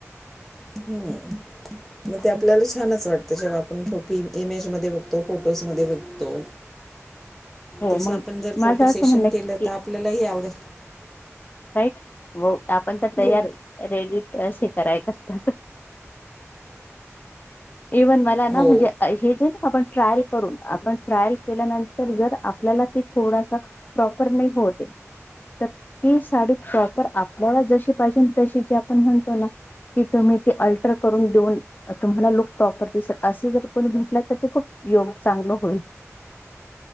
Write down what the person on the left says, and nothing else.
हो
मग
माझं
असं
म्हणणं
की
हो आपण तर तयार
आहे रेडी अशी कराय काय असत्यात. इव्हन मला ना.
म्हणजे हे जे आहे ना आपण. ट्रायल करून. आपण ट्रायल केल्यानंतर जर आपल्याला ते थोडासा प्रॉपर नाही का होते. तर ती साडी प्रॉपर आपल्याला जशी पाहिजे. तशी जे आपण म्हणतो ना. कि तुम्ही ते अल्टर करून देऊन. तुम्हाला लुक प्रॉपर दिसेल असे, जर कोणी म्हटले तर ते खूप, योग चांगल होईल.